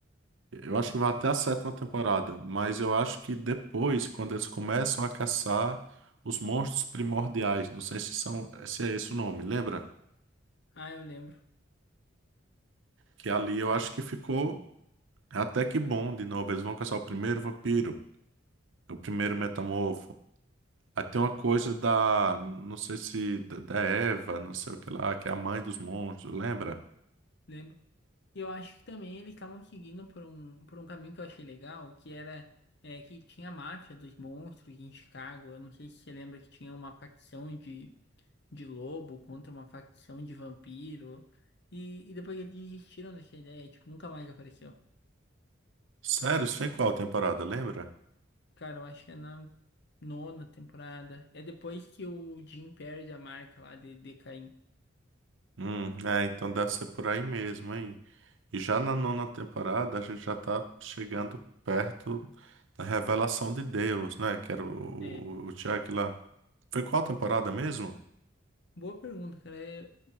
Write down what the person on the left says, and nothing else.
Ah, eu lembro,
lembro. E eu acho que também eles estavam seguindo por um, por um caminho que eu achei legal, que era é, que tinha a máfia dos monstros em Chicago. Eu não sei se você lembra que tinha uma facção de, de lobo contra uma facção de vampiro. E, e depois eles desistiram dessa ideia, tipo, nunca mais apareceu.
Cara, eu acho que é na nona temporada. É depois que o Jim perde a marca lá de, de Caim.
É,
Boa pergunta, cara. Eu,